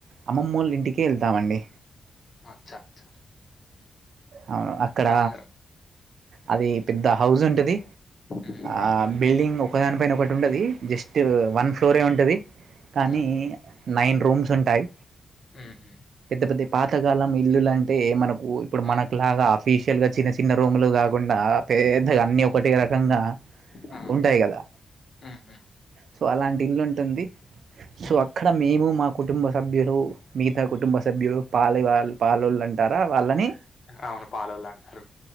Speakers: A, on the right (about 65°); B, on the left (about 45°).
A: అమ్మమ్మోళ్ళింటికే వెళ్తామండి
B: అచ్చా అచ్చ
A: అవును అక్కడ
B: అందరం
A: అది పెద్ద హౌజుంటది
B: ఉమ్
A: ఆ బిల్డింగ్ ఒకదాని పైన ఒకటి ఉండది జస్ట్ వన్ ఫ్లోరే ఉంటది కానీ
B: ఆ
A: నైన్ రూమ్స్ ఉంటాయి
B: ఉమ్ ఉమ్
A: పెద్ద పెద్దయి పాతకాలం ఇల్లులంటే మన కు ఇప్పుడు
B: ఉమ్,
A: మనకు లాగా అఫీషియల్ గా చిన్న చిన్న రూం లు గాక్ గుండా పేద్దగా అన్నీ ఒకటే రకంగా
B: ఆ
A: ఉంటాయి గదా
B: ఉమ్ ఉమ్
A: సో అలాంటి ఇల్లుంటుంది సో
B: ఉమ్.
A: అక్కడ మేము మా కుటుంబ సభ్యులు మిగతా కుటుంబ సభ్యులు పాలెవాల్ పాలోళ్ళంటారా వాళ్ళని
B: అవును పాలోళ్ళంటారు